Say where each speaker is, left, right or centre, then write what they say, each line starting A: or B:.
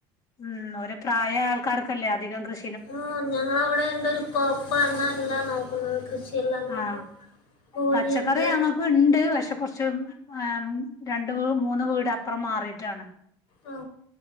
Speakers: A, on the left (about 35°); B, on the left (about 65°).
A: ഉം ഓരപ്രായയ ആൾക്കാർക്കല്ലേ അധികം കൃഷ
B: ആ ഞങ്ങളവിടെ ഇണ്ടൊരുപ്പ ഉപ്പാണ എല്ലാം നോക്കുന്നത് കൃഷിയെല്ലാം നോക്കും
A: ആ
B: കോഴിയുണ്ട്
A: പച്ചക്കറി ഞങ്ങക്കിണ്ട് പക്ഷെ കുറച്ച് ആ രണ്ട് മൂന്ന് വീടപ്പുറം മാറീട്ടാണ്
B: ആ